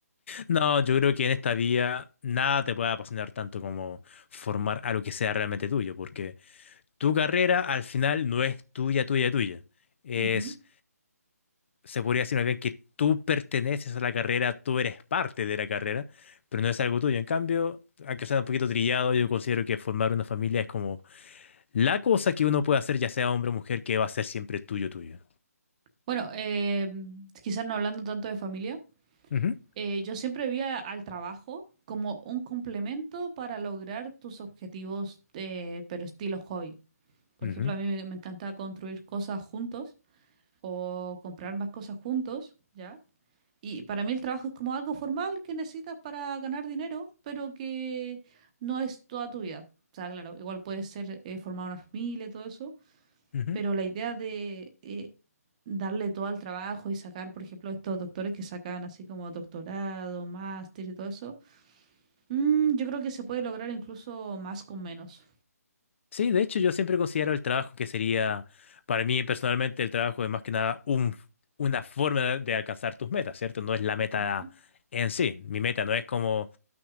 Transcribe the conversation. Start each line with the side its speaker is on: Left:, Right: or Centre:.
Left: No, yo creo que en esta vía nada te puede apasionar tanto como formar algo que sea realmente tuyo, tu carrera al final no es tuya, tuya, tuya. Es,
Right: Ujú.
Left: se podría decir más bien que tú perteneces a la carrera, tú eres parte de la carrera, pero no es algo tuyo. En cambio, aunque sea un poquito trillado, yo considero que formar una familia es como la cosa que uno puede hacer, ya sea hombre o mujer, que va a ser siempre tuyo, tuyo.
Right: Bueno, eh, quizás no hablando tanto de familia,
Left: Ujú,
Right: eh, yo siempre vi a- al trabajo como un complemento para lograr tus objetivos, eh, pero estilo hobby. Por
Left: ujú,
Right: ejemplo, a mí me, me encanta construir cosas juntos o comprar más cosas juntos, ¿ya? Y para mí el trabajo es como algo formal que necesitas para ganar dinero, pero que no es toda tu vida. O sea, claro, igual puedes ser, eh, formar una familia y todo eso
Left: ujú.
Right: pero la idea de eh, darle todo al trabajo y sacar, por ejemplo, estos doctores que sacan así como doctorado, máster y todo eso, mm, yo creo que se puede lograr incluso más con menos.
Left: Sí, de hecho, yo siempre considero el trabajo que sería, para mí personalmente, el trabajo es más que nada un, una forma de de alcanzar tus metas, ¿cierto? No es la meta
Right: Ujú.
Left: en sí. Mi meta no es como